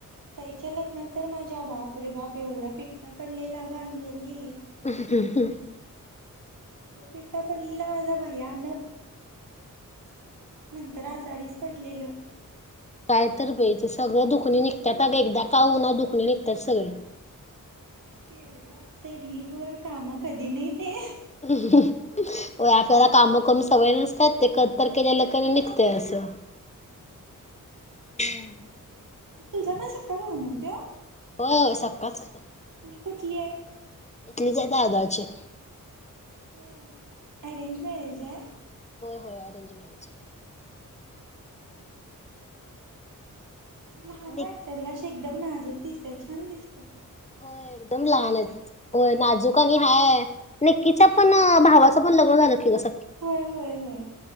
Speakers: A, on the right; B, on the left.
A: ताईच्या लग्नात तर माझी अरे बाप एवढा पिट्टा <unintelligible>
B: <inaudible>
A: लय पिट्टा पडलेला माझा भयानक नंतर आजारीचं पडलेलो.
B: काय तर बाई सगळं दुखणे निघतात एकदा का होईना दुखणं निघतात सगळं.
A: केलेलं असतंय ढीगभर काम कधी
B: <inaudible>
A: ते
B: तेला काम करून सवय नुसत्या त ते कधी तर केलेले नीघतय मं असं. हम्म
A: तूझा पण सख्खा भाऊ ना तो?
B: हो सकाच की.
A: कुठली आहे.
B: इतलीच हाय दादाची.
A: होय अरेंज मॅरेज आहे?
B: हो अरेंजमॅ रेज.
A: लहान
B: निक
A: वाटतात गं अशी एकदम नाजूक दिसत, छान दिसतात.
B: होय एकदम लहान आहेत. होय नाजूक आणि हाय, नक्कीच्या पण भावाचं पण लग्न झालं किस
A: होय होय, होय.